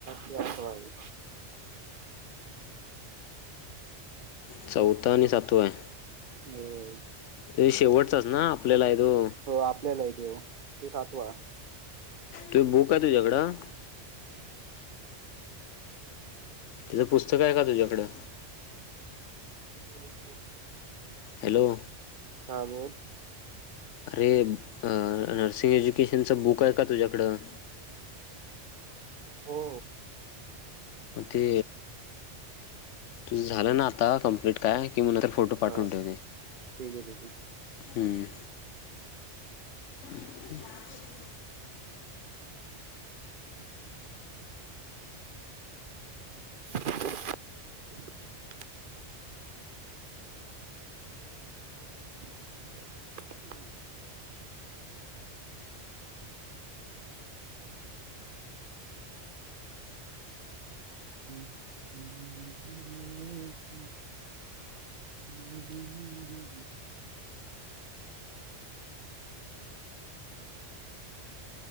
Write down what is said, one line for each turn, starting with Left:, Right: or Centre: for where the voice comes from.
Right: की आठवा आहे.
Left: चौथा आणि सातवा य.
Right: हो!
Left: त शेवटचच ना आपल्याला तो
Right: हो आपल्याला ते तू सातवा
Left: तुझ बुक आहे तुझ्याकडं? तिचं पुस्तक आहे का तुझ्याकडं?
Right: हम्म.
Left: हॅलो.
Right: हा बोल.
Left: अरे नर्सिंग एज्युकेशनचं बुकहाय का तुझ्याकडं?
Right: हो.
Left: ते तुझं झालं ना आता कम्प्लीट काय? की मला तर फोटो पाठवून
Right: हा
Left: ठेवते
Right: ठीक आहे ठीक आहे
Left: हम्म. हम्.
Right: <inaudible> ह. <inaudible>